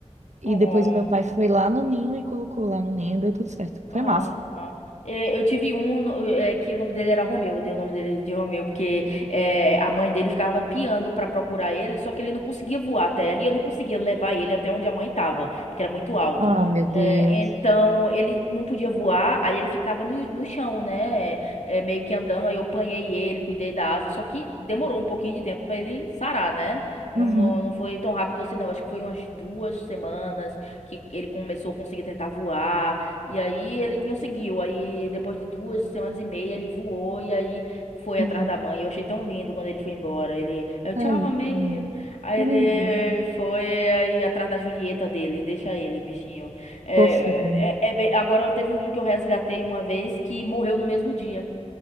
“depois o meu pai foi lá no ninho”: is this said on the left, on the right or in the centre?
Right